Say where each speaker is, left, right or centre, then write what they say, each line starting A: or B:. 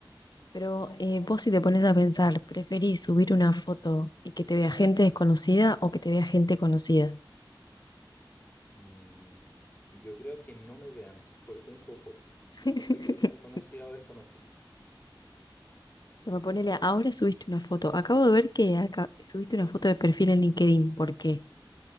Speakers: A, on the left (about 55°); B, on the left (about 20°).
A: Pero eh, vos si te pones a pensar, ¿preferís subir una foto y que te vea gente desconocida o que te vea gente conocida?
B: Mm, yo creo que no me vean, por eso no subo fotos.
A: <laughs>
B: No importa que sea conocida o desconocida.
A: Pero ponele, ahora subiste una foto. Acabo de ver que acá- subiste una foto de perfil en LinkedIn. ¿Por qué?